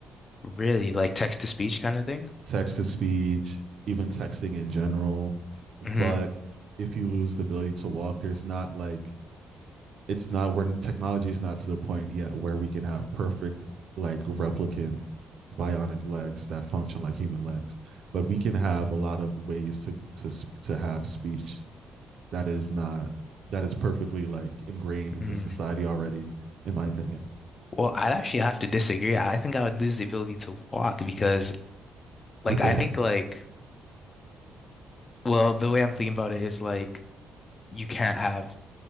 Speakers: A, on the left; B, on the right.
A: Really? Like text to speech kind of thing?
B: text to speech, even texting in general. But
A: hmm
B: if you lose the ability to walk, there's not like it's not where technology is not to the point yet where we can have perfect like replicant bionic legs that function like human legs but we can have a lot of ways to to to have speech that is not that is perfectly like ingrained into
A: Mm.
B: society already in my opinion
A: Well, I'd actually have to disagree. I think I would lose the ability to walk because, like,
B: okay
A: I think like, well, the way I'm thinking about it is like. you can't have